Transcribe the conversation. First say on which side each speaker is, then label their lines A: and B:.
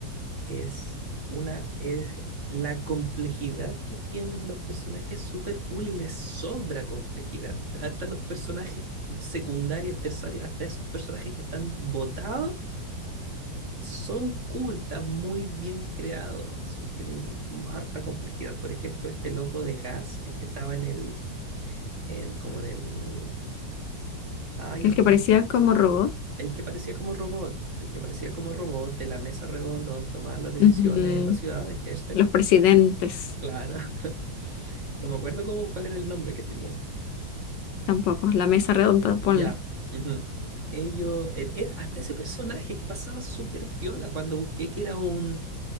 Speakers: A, on the right (about 45°); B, on the left (about 75°).
A: es una, es la complejidad que tienen los personajes súper cool y les sobra complejidad. Hasta los personajes secundarios, terciarios, hasta esos personajes que están botados, son cool, están muy bien creados y tienen harta complejidad. Por ejemplo, este loco de gas, el que estaba en el, en, como en el, ay,
B: el
A: esto,
B: que parecía como robot.
A: el que parecía como robot, el que parecía como robot de la mesa redonda donde tomaban las decisiones
B: Ujú,
A: en la ciudad, en hashtag.
B: Los presidentes
A: Claro, <laughs> No me acuerdo cómo, cuál era el nombre que tenían.
B: tampoco. La mesa redonda, ponle.
A: Ya. ujú. Ellos, e- e- hasta ese personaje que pasaba súper piola cuando busqué que era un